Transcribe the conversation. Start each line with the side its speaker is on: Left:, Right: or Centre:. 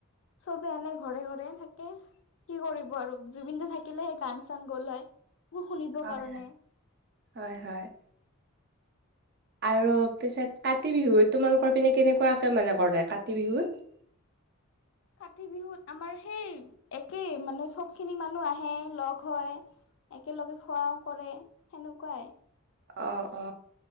Left: চবে এনে ঘৰে ঘৰে থাকে। কি কৰিব আৰু জুবিনটো থাকে। থাকিলেসে গান চান গ'ল হয়। মোৰ শুনিবৰ
Right: হয়
Left: কাৰণে
Right: হয় হয়। আৰু পিছে কাতি বিহুত, তোমালোকৰ পিনে কেনেকুৱাকে মানে কৰে কাতি বিহুত?
Left: কাতি বিহুত আমাৰ সেই একেই মানে চব খিনি মানুহ আহে লগ হয়। একেলগে খোৱাও কৰে, সেনেকোৱাই।
Right: অ অ,